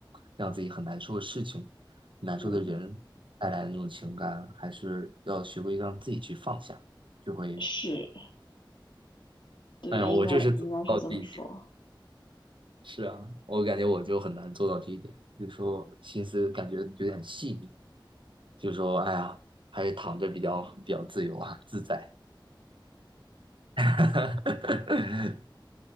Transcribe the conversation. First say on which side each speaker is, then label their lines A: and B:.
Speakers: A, on the right (about 75°); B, on the left (about 70°).
A: 让自己很难受的事情、难受的人带来的那种情感，
B: 嗯，
A: 还是要学会让自己去放下，就会，
B: 是，对，
A: 哎呀，
B: 应该应该是这么说。
A: 我就是做不到这一点。是啊，我感觉我就很难做到这一点，有时候心思感觉有点细腻，就说哎呀，还是躺着比较比较自由啊，自在。<laughs>